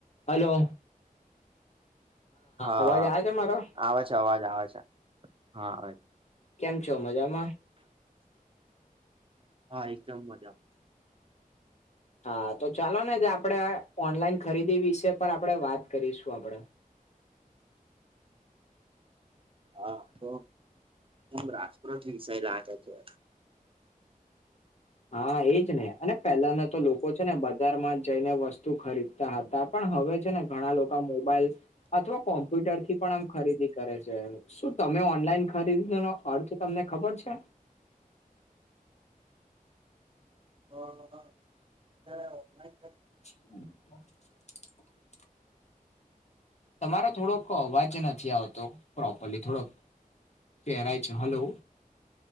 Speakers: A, on the left; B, on the right.
A: Hello
B: હા
A: અવાજ આવે છે મારો
B: આવે છે અવાજ આવે છે હા
A: કેમ છો મજામાં
B: હા એકદમ મજા
A: હા તો ચાલો ને જ આપણે ઓનલાઈન ખરીદી વિશે પર આપણે વાત કરીશું આપણે
B: હા તો રાજપ્રત વિષય લાગે છે.
A: હા એજ ને અને પેલાના તો લોકો છે ને બજારમાં જઈને વસ્તુ ખરીદ તા હતા પણ હવે છે ને ઘણા લોકો મોબાઈલ અથવા કોમ્પ્યુટર થી પણ આમ ખરીદી કરે છે શું તમે ઓનલાઈન ખરીદીનો અર્થ તમને ખબર છે
B: <unintelligible> ક્યારે આવો થાય
A: <inaudible> તમારો થોડોક અવાજ નથી આવતો પ્રોપરલી થોડોક ધેરાય છે હલો